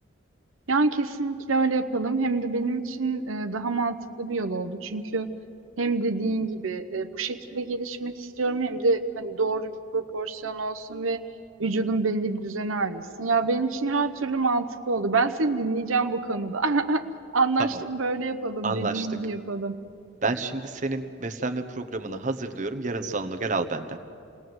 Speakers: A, on the right; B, on the right.
A: Yani kesinlikle öyle yapalım. Hem de benim için e, daha mantıklı bir yol oldu. Çünkü hem dediğin gibi e, bu şekilde gelişmek istiyorum hem de hani doğru bir proporsiyon olsun ve vücudun belli bir düzene ayrılsın. Ya benim için her türlü mantıklı oldu. Ben seni dinleyeceğim bu konuda. <laughs> Anlaştık
B: Tamam,
A: böyle yapalım.
B: anlaştık.
A: Dediğin gibi yapalım.
B: Ben şimdi senin beslenme programını hazırlıyorum. Yarın salona gel al benden.